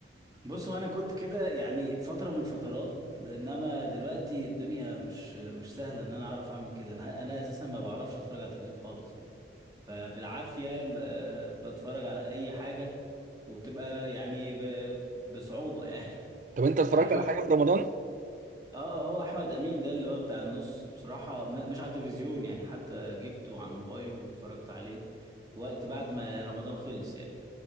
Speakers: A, on the right (about 20°); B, on the right (about 45°).
A: بص هو انا كنت كده يعني فتره من الفترات انما دلوقتي الدنيا مش مش سهله ان انا اعرف اعمل كده انا انا اساسا ما بعرفش اتفرج على التلفزيون خالص يعني فبالعافيه ب- بتفرج على اي حاجه وبتبقى يعني ب- بصعوبه يعني <laughs>
B: طب انت اتفرجت
A: احمد
B: على حاجه في رمضان
A: اه آه، هو احمد امين ده اللي هو بتاع النص بصراحه م- مش على التلفزيون يعني حتى جبته على الموبايل واتفرجت عليه في وقت بعد ما رمضان خلص يعني